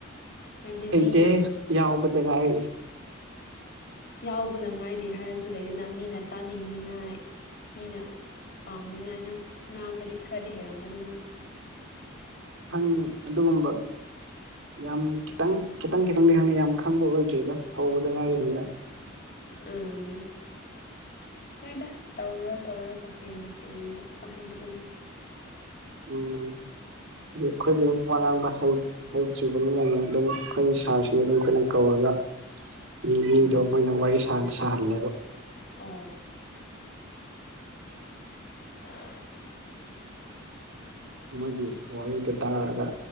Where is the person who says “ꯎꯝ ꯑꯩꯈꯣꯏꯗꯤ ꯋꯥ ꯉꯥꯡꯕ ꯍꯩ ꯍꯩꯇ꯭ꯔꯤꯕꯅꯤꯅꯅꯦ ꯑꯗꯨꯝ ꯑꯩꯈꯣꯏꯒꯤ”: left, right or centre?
Right